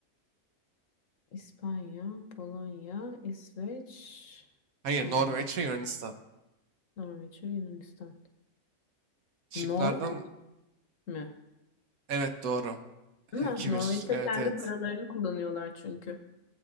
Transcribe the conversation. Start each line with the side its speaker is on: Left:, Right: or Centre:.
Left: İspanya, Polonya, İsveç,
Right: Hayır
Left: aa,
Right: Norveç ve Yunanistan.
Left: Norveç ve Yunanistan.
Right: Şıklardan
Left: Norveç mi?
Right: evet doğru.
Left: Ama
Right: <laughs> 2
Left: Norveç'te
Right: bir. Evet
Left: kendi
Right: evet.
Left: paralarını kullanıyorlar çünkü.